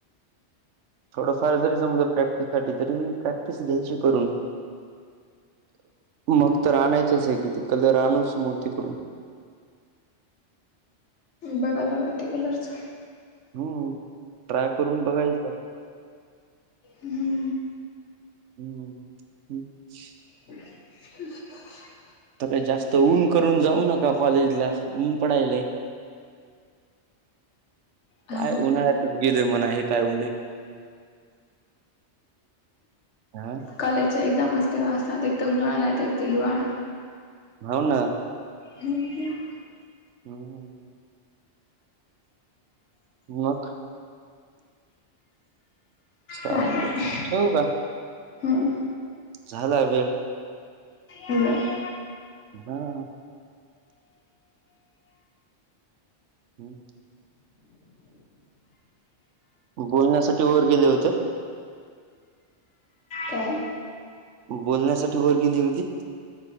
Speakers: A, on the right; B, on the left.
A: थोड फार जरी जमलं प्र त्यासाठी तर मी प्रॅक्टिस घ्यायची करून. मग तर आणायचंच आहे की ते कलर आणुच मग तिकडून.
B: बघाय लागल ते कलरच.
A: हम्म, ट्राय करून बघायचा.
B: हम्म, हम्म.
A: हम्म <unintelligible>
B: <inaudible>
A: तर जास्त ऊन करून जाऊ नका कॉलेजला, ऊन पडायलेय.
B: हो
A: काय उन्हाळ्यात गेले म्हणा हे काय होऊ नये हा.
B: कॉलेजचे एक्झाम असते <unintelligible> एक तर उन्हाळा नाहीतर एक तर हिवाळा.
A: हो ना.
B: <inaudible>
A: हम्म. मग? चालते
B: काय नाही.
A: ठेवू का
B: हम्म.
A: झाला वेळ.
B: बर.
A: हा. हम्म. बोलण्यासाठी वर गेले होत.
B: काय?
A: बोलण्यासाठी वर गेली होती.